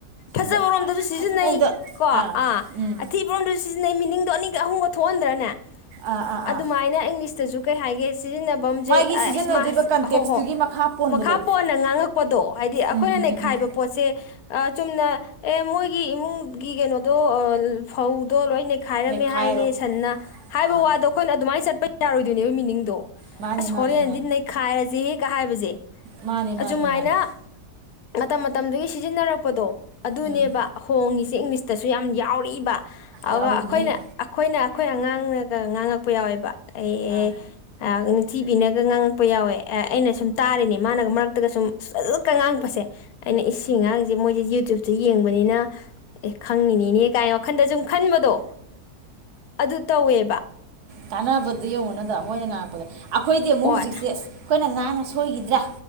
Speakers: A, on the left; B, on the right.
A: ꯐꯖꯕꯔꯣꯝꯗꯁꯨ
B: ꯃꯑꯣꯡ ꯐꯖꯕ
A: ꯁꯤꯖꯤꯟꯅꯩ
B: ꯃꯑꯣꯡꯗ
A: ꯀꯣ ꯑꯥ
B: ꯎꯝ
A: ꯑꯊꯤꯕ꯭ꯔꯣꯟꯗꯨꯁꯨ ꯁꯤꯖꯤꯟꯅꯩ ꯃꯤꯅꯤꯡꯗꯣ ꯑꯅꯤꯒ ꯑꯍꯨꯝꯒ ꯊꯣꯛꯍꯟꯗ꯭ꯔꯅꯦ
B: ꯑꯥ ꯑꯥ
A: ꯑꯗꯨꯃꯥꯏꯅ
B: ꯑꯥ
A: ꯏꯪꯂꯤꯁꯇꯁꯨ ꯀꯩ ꯍꯥꯏꯒꯦ ꯁꯤꯖꯤꯟꯅꯕꯝꯁꯦ
B: ꯃꯥꯒꯤ ꯁꯤꯖꯤꯟꯅꯗꯣꯏꯕ
A: ꯑꯁ ꯃꯥꯁ
B: ꯀꯟꯇꯦꯛꯁꯇꯨꯒꯤ
A: ꯍꯣ ꯍꯣ
B: ꯃꯈꯥ ꯄꯣꯟꯕꯗꯣ
A: ꯃꯈꯥ ꯄꯣꯟꯅ ꯉꯥꯡꯉꯛꯄꯗꯣ ꯍꯥꯏꯗꯤ ꯑꯩꯈꯣꯏꯅ
B: ꯎꯝ ꯎꯝ
A: ꯅꯩꯈꯥꯏꯕ
B: ꯎꯝ ꯎꯝ
A: ꯄꯣꯠꯁꯦ ꯑ ꯆꯨꯝꯅ ꯑꯦ ꯃꯣꯏꯒꯤ ꯏꯃꯨꯡꯒꯤ ꯀꯩꯅꯣꯗꯣ ꯐꯧꯗꯣ ꯂꯣꯏꯅ ꯈꯥꯏꯔꯝꯃꯦ
B: ꯅꯩꯈꯥꯏꯔꯣ
A: ꯍꯥꯏꯅꯦ ꯁꯟꯅ ꯍꯥꯏꯕ
B: ꯑꯥ
A: ꯋꯥꯗꯣ ꯑꯩꯈꯣꯏꯅ ꯑꯗꯨꯃꯥꯏꯅ ꯆꯠꯄ ꯌꯥꯔꯣꯏꯗꯣꯏꯅꯦꯕ ꯃꯤꯅꯤꯡꯗꯣ
B: ꯃꯥꯅꯦ
A: ꯑꯁ
B: ꯃꯥꯅꯦ
A: ꯍꯣꯔꯦꯟꯗꯤ ꯅꯩꯈꯥꯏꯔꯁꯦ ꯍꯦꯛꯒ ꯍꯥꯏꯕꯁꯦ
B: ꯃꯥꯅꯦ
A: ꯑꯁꯨꯃꯥꯏꯅ
B: ꯃꯥꯅꯦ ꯃꯥꯅꯤ
A: ꯃꯇꯝ ꯃꯇꯝꯗꯨꯒꯤ ꯁꯤꯖꯤꯟꯅꯔꯛꯄꯗꯣ ꯑꯗꯨꯅꯦꯕ
B: ꯎꯝ
A: ꯍꯣꯡꯉꯤꯁꯦ ꯏꯪꯂꯤꯁꯇꯁꯨ ꯌꯥꯝ ꯌꯥꯎꯔꯏꯕ ꯑꯗꯨꯒ
B: ꯌꯥꯎꯔꯤꯅꯦ
A: ꯑꯩꯈꯣꯏꯅ ꯑꯩꯈꯣꯏꯅ ꯑꯩꯈꯣꯏ ꯑꯉꯥꯡꯅꯒ ꯉꯥꯡꯉꯛꯄ ꯌꯥꯎꯋꯦꯕ ꯑꯩ
B: ꯑꯥ
A: ꯑꯦ ꯅꯤꯡꯊꯤꯕꯤꯅꯒ ꯉꯥꯡꯉꯛꯄ ꯌꯥꯎꯋꯦ ꯑꯩꯅ ꯁꯨꯝ ꯇꯥꯔꯤꯅꯦ ꯃꯥꯅꯒ ꯃꯔꯛꯇꯒ ꯁꯨꯝ ꯐꯂꯀ ꯉꯥꯡꯉꯛꯄꯁꯦ ꯑꯩꯅ ꯏꯁꯤꯡ ꯉꯥꯡꯁꯦ ꯃꯣꯏꯁꯦ ꯌꯨꯇ꯭ꯌꯨꯞꯇ ꯌꯦꯡꯕꯅꯤꯅ ꯑꯦ ꯈꯪꯅꯤꯡꯅꯤꯅꯦ ꯀꯥꯏꯅ ꯋꯥꯈꯟꯗ ꯁꯨꯝ ꯈꯟꯕꯗꯣ ꯑꯗꯨ ꯇꯧꯋꯦꯕ
B: ꯀꯥꯟꯅꯕꯗ ꯌꯦꯡꯉꯨꯅꯗꯕ ꯃꯣꯏꯅ ꯉꯥꯡꯉꯛꯄꯗꯣ ꯑꯩꯈꯣꯏꯗꯤ ꯑꯃꯨꯛ
A: ꯍꯣꯏ
B: ꯍꯧꯖꯤꯛꯁꯦ ꯑꯁ ꯑꯩꯈꯣꯏꯅ ꯉꯥꯡꯉ ꯁꯣꯏꯈꯤꯗ꯭ꯔꯥ